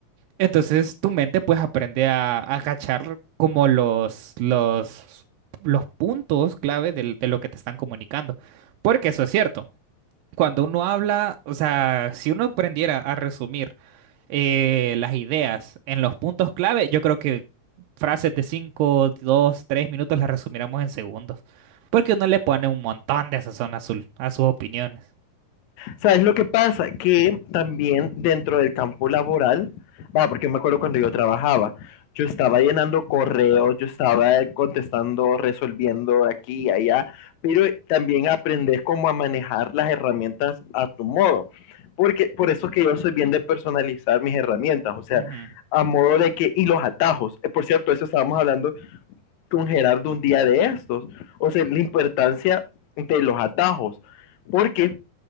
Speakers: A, on the right; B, on the left.
A: Entonces tu mente pues aprende a, a cachar como los, los, los puntos clave del- de, lo que te están comunicando. Porque eso es cierto. Cuando uno habla, o sea, si uno aprendiera a resumir eh, las ideas en los puntos clave, yo creo que frases de 5 2 3 minutos las resumiríamos en segundos. Porque uno le pone un montón de sazón azul a sus opiniones.
B: ¿Sabes lo que pasa? Que también dentro del campo laboral, va, porque me acuerdo cuando yo trabajaba, yo estaba llenando correos, yo estaba contestando, resolviendo aquí y allá, pero también aprendes cómo a manejar las herramientas a tu modo. Porque por eso es que yo soy bien de personalizar mis herramientas, o sea,
A: Ujú.
B: a modo de que, y los atajos. Eh, Por cierto, eso estábamos hablando con Gerardo un día de estos, o sea, la importancia de los atajos, porque